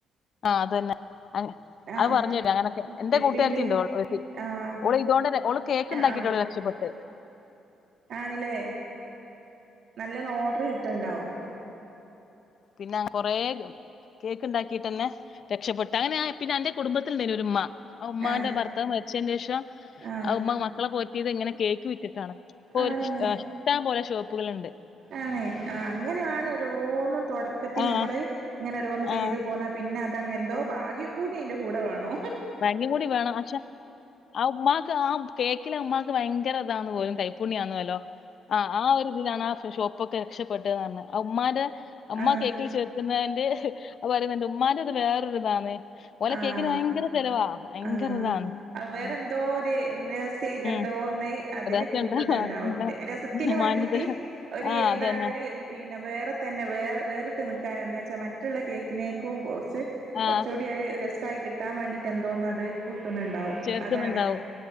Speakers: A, on the left; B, on the right.
A: ആഹ് അതന്നെ <unintelligible>
B: ആഹ്
A: പറഞ്ഞട്ട അങ്ങനക്കെ എന്റെ
B: വിപ്പിംഗ്
A: കൂട്ടുകാരത്തിണ്ട്
B: ക്രീം
A: <unintelligible>
B: ആഹ്
A: ഓള് ഇതോണ്ടന്നെ ഓള് കേക്ക്ണ്ടാക്കിയിട്ടോള്
B: ആഹ് ആഹ്
A: രക്ഷപ്പെട്ട്
B: ആണില്ലേ നല്ലണ് ഓട്ർ കിട്ടണ്ടവും
A: പിന്നെ <unintelligible> കൊറേ കേക്ക്ണ്ടാക്കിട്ടന്നെ രക്ഷപ്പെട്ട അങ്ങനെയ പിന്നെ അന്റെ കുടുംബത്തിൽഇണ്ടേര്ന്ന് ഒരു ഉമ്മ ആ ഉമ്മാന്റെ
B: ആഹ്
A: ഭർത്താവ് മരിച്ചെന്നെഷം
B: ആഹ്
A: ആ ഉമ്മ മക്കളെ പൊറ്റിത് എങ്ങനെ കേക്ക് വിറ്റിട്ടാണ് പ്പൊര്ക്ക്
B: ആണല്ലേ
A: ഇഷ് ഇഷ്ടം പോലെ ഷോ പ്പുകല്ണ്ട്
B: ആണേ ആഹ് അങ്ങനാണൊരോന്നും തൊടക്കത്തിൽ
A: ആഹ്
B: നമ്മള് ഇങ്ങനൊ രോന്ന് ചെയ്തുപോന്ന
A: ആഹ്
B: പി പിന്നതങ് എന്തോ ഭാഗ്യം കൂടി അയിന്റെ കൂടെ വേണോ
A: <unintelligible> കൂടി വേണം അക്ഷെ ആ ഉമ്മാക്ക് ആ കേക്കിലെ അമ്മാക്ക് ഭയ് ങ്കരതാന്ന്പോലും കൈ പുണ്യന്നുവെല്ലോ ആഹ് ആഒരിതിലാണാ ഫു ഷോപ്പോക്കെ രക്ഷപ്പെട്ടന്ന് പറഞ്. ഉമ്മാന്റെ ഉമ്മാ
B: ആഹ്
A: കേക്കിൽ ചേർക്കുന്നതിന്റെ പറയുന്നുണ്ട് ഉമ്മാന്റെ അത് വേ ർതെ ദാന്ന്. ഓലെ
B: ആഹ്
A: കേക്കിന് ഭയങ്കര ചെലവാ ഭയങ്കര
B: ആഹ്
A: ഇതാണ്
B: വേറെ
A: ഉം
B: എന്തോര് വേസ് സ്യായിറ്റ്
A: ഉം
B: എന്തോ ഒന്ന് അതില്
A: രഹസ്യം
B: കൂട്ടുന്നുണ്ടാവും
A: ഉണ്ടാ എന്താ
B: രസത്തിന്
A: ഉമ്മാന്റത്
B: വേണ്ടീട്ട് ഒരു
A: ആ
B: എന്താണ്
A: അതന്നെ
B: ഒരു പി പിന്നെ വേറെ തന്നെ വേറെ വേറിട്ട് നിക്കക്കാൻ എന്താ വെച്ചാ മറ്റുള്ള കേക്കിനേക്കും കോർ ർ
A: ആ
B: കൊർച്ചുട് ട്ടിയൊരു രസായി കിട്ടാൻ വേണ്ടിട്ട് എന്തോന്നന്ന് അത് ട്ടുന്നുണ്ടാവും
A: ചേർക്കുന്നുണ്ടാവും
B: അതാണ്